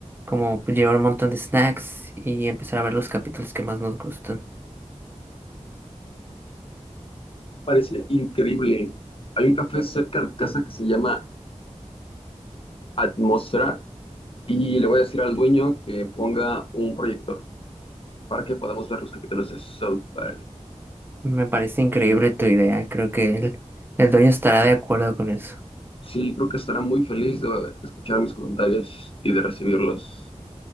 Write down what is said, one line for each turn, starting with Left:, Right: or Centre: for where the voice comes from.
Right: como llevar un montón de snacks y empezar a ver los capítulos que más nos gustan.
Left: Parece increíble. Hay un café cerca de casa que se llama Atmósfera y le voy a decir al dueño que ponga un proyector para que podamos ver los capítulos de South Park.
Right: Me parece increíble tu idea, creo que el, el dueño estará de acuerdo con eso.
Left: Sí, creo que estará muy feliz de escuchar mis comentarios y de recibirlos